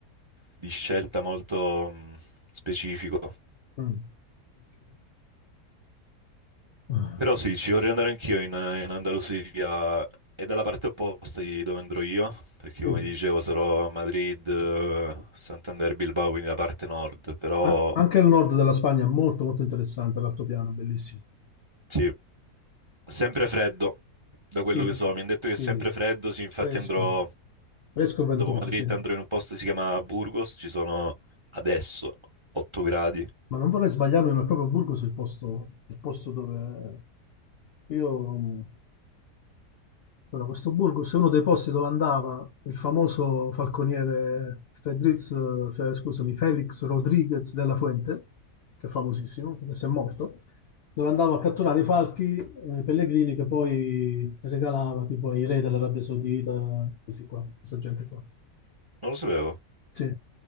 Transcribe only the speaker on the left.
Mm. Ok. Ah,
sì.
A- anche il nord della Spagna è molto molto interessante, l'altopiano, bellissimo.
Sì,
sì,
fresco,
fresco e ventoso,
sì.
Ma non vorrei sbagliarmi, ma è proprio Burgos il posto, il posto dove io... Allora, questo Burgos è uno dei posti dove andava il famoso falconiere Fedriz, eh, scusami, Felix Rodriguez della Fuente, che è famosissimo, adesso è morto, dove andava a catturare i falchi eh, pellegrini che poi regalava tipo ai re dell'Arabia Saudita, questi qua, questa gente qua.
Sì.